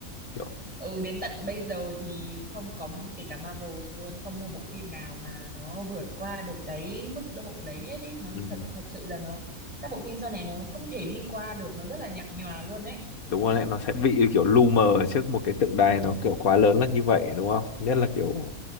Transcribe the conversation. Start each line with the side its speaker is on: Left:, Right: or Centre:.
Left: kiểu
Centre: ừ đến tận bây giờ thì không có kể cả Marvel luôn không một bộ phim nào mà nó vượt qua được cái mức độ đấy hết ý nó
Left: ừ,
Centre: thật thật sự là nó các bộ phim sau này nó không thể đi qua được nó rất là nhạt nhòa luôn đấy
Left: đúng rồi đấy nó sẽ bị kiểu lu mờ ở trước một cái tượng đài nó kiểu quá lớn là như vậy đúng không nhất là kiểu